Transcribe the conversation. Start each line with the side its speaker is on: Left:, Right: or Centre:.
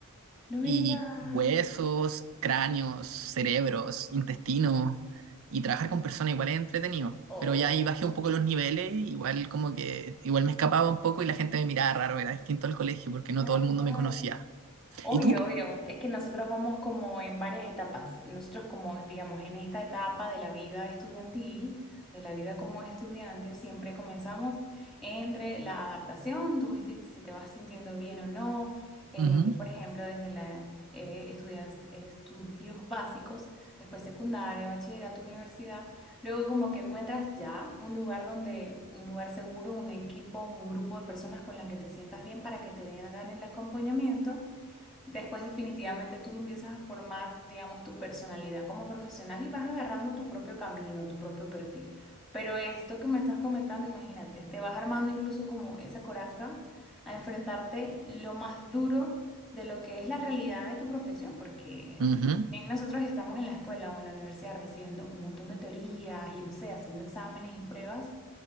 Centre: No me
Right: y
Centre: digas.
Right: huesos, cráneos, cerebros, intestinos y trabajar con personas igual es entretenido.
Centre: Oh,
Right: Pero ya ahí bajé un poco los niveles, igual como que igual me escapaba un poco y la gente me miraba raro, era distinto al colegio porque no
Centre: tal
Right: todo el mundo
Centre: cual.
Right: me conocía.
Centre: Obvio,
Right: ¿Y tú?
Centre: obvio. Es que nosotros vamos como en varias etapas. Nosotros como, digamos, en esta etapa de la vida estudiantil, de la vida como estudiante, siempre comenzamos entre la adaptación, tú esti- si te vas sintiendo bien o no. eh,
Right: Ujú,
Centre: por ejemplo, desde la, eh, estudias- estudios básicos, después secundaria, bachillerato, universidad. Luego como que encuentras ya un lugar donde, un lugar seguro, un equipo, un grupo de personas con las que te sientas bien para que te hagan el acompañamiento. Después definitivamente tú empiezas a formar, digamos, tu personalidad como profesional y vas agarrando tu propio camino, tu propio perfil. Pero esto que me estás comentando, imagínate, te vas armando incluso como esa coraza a enfrentarte lo más duro de lo que es la realidad de tu profesión, porque
Right: ujú,
Centre: si bien nosotros estamos en la escuela o en la universidad recibiendo un montón de teorías y no sé, haciendo exámenes y pruebas,